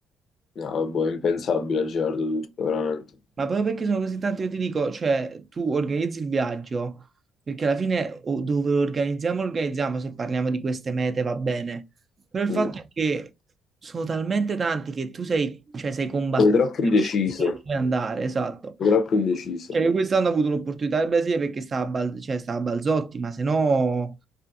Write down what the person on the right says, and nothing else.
Ma proprio perché sono così tanti, io ti dico, cioè, tu organizzi il viaggio, perché alla fine o dove lo organizziamo, lo organizziamo, se parliamo di queste mete va bene. Però il fatto
è che sono talmente tanti che tu sei, cioè, sei combattuto
per
scegliere dove andare, esatto.
Cioè, io quest'anno ho avuto l'opportunità del Brasile perché stava a, Bal- cioè, stava a Balzotti, ma se no